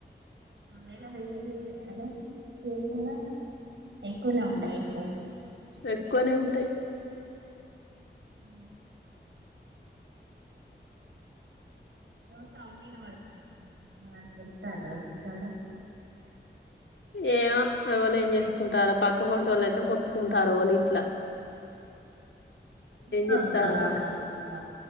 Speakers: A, on the right; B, on the left.
A: మేల రేన్నేళ్ళుంటాయానే ఏం కూర ఎక్కువనే ఉంటాయా
B: ఎక్కువనే ఉంటాయి
A: అ ఏమో సౌండ్ ఇనపడ్తంది ఎవలన్న తెత్తర్ర మీకాడ
B: ఏమో ఎవాళు ఏం చేసుకుంటార పక్క పొంటోళ్ళైతే మొత్తుకుంటారు వాళ్ళు ఇంట్ల
A: వాళ్ళు
B: చెప్తారో
A: ఉన్నారుారా
B: మరి
A: అండళ్ ఇంట్లా